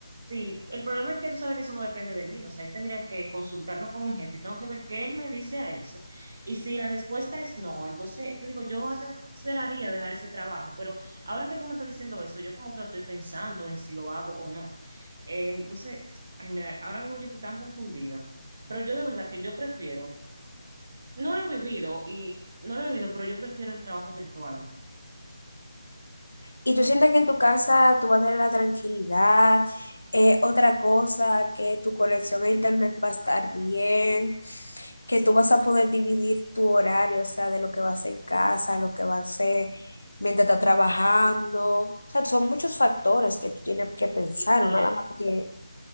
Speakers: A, on the right; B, on the left.
A: Sí, el problema es que tú sabes que eso no depende de mí, o sea, yo tendría que consultarlo con mi jefe y tengo que ver qué él me dice a eso. Y si la respuesta es no, entonces te digo, yo hasta yo consideraría dejar ese trabajo, pero ahora que tú me estás diciendo eso, yo como que lo estoy pensando en si lo hago o no. Eh, entonces, ay, mira, ahora mismo yo estoy tan confundida, pero yo de verdad que yo prefiero, no lo he vivido y no lo he vivido, pero yo prefiero el trabajo virtual.
B: Y tú sientes que en tu casa tú vas a tener la tranquilidad, eh, otra cosa, que tu conexión a internet va a estar bien, que tú vas a poder dividir tu horario, o sea, de lo que vas a hacer en casa, lo que vas a hacer mientras estás trabajando. O sea, son muchos factores que tú tienes que pensar,
A: Y mira,
B: ¿no? nada más que,